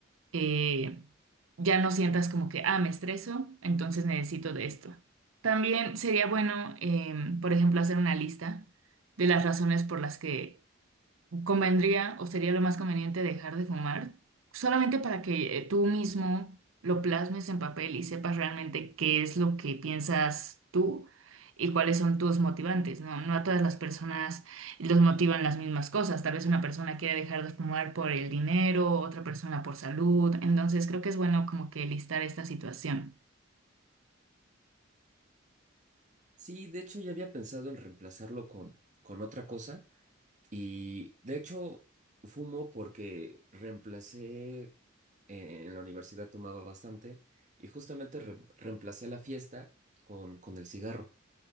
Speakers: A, on the right; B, on the right.
A: eh, ya no sientas como que, ah, me estreso, entonces necesito de esto. También sería bueno, em, por ejemplo, hacer una lista de las razones por las que convendría o sería lo más conveniente dejar de fumar, solamente para que eh, tú mismo lo plasmes en papel y sepas realmente qué es lo que piensas tú y cuáles son tus motivantes, ¿no? No a todas las personas los motivan las mismas cosas. Tal vez una persona quiere dejar de fumar por el dinero, otra persona por salud. Entonces creo que es bueno como que listar esta situación.
B: Sí, de hecho ya había pensado en reemplazarlo con, con otra cosa y de hecho fumo porque reemplacé, eh, en la universidad tomaba bastante y justamente re- reemplacé la fiesta con, con el cigarro.